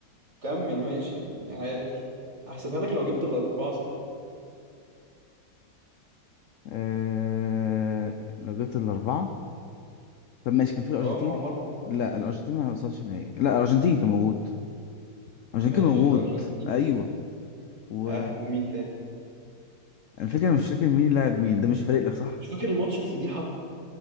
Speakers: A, on the right (about 40°); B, on the left (about 70°).
A: كمل ماشي يعني عادي هحسبها لك لو جبت الأربعة صح
B: أه... لو جبت الاربعه طب ماشي كان في الارجنتين
A: أه ما هم أربعة
B: لا الارجنتين ما وصلش نهائي لا الارجنتين كان موجود الارجنتين
A: ماشي
B: كان موجود
A: الأرجنتين
B: ايوه و
A: ها ومين تاني
B: انا فاكر مش فاكر مين لعب مين ده مش فارق لك صح
A: مش فاكر الماتش الفضيحة